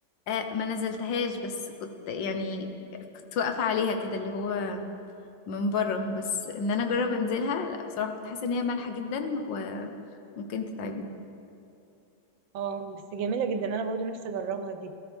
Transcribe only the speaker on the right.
اه بس جميلة جدا انا برضو نفسي اجربها دي